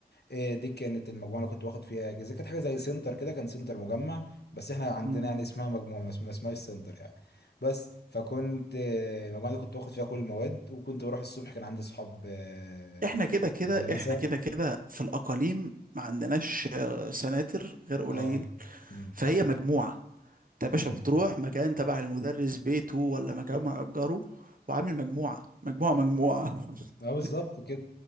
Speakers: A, on the left; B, on the right.
A: إيه دي كانت المجموعه اللي كنت باخد فيها اجازه كانت حاجه زي سنتر كده كان سنتر مجمع بس احنا عندنا
B: امم
A: يعني اسمها مجموعه ما اسم- ما اسمهاش سنتر يعني بس فكنت آه، المجموعه دي كنت باخد فيها كل المواد وكنت بروح الصبح كان عندي اصحاب آه،
B: احنا كده كده
A: في المدرسه
B: احنا كده كده في الاقاليم ما عندناش آه، سناتر غير قليل
A: اه امم
B: فهي مجموعه انت يا باشا
A: أمم.
B: بتروح مكان تبع المدرس بيته ولا مكان مأجره وعامل مجموعه مجموعه مجموعه <laughs>
A: اه بالظبط كده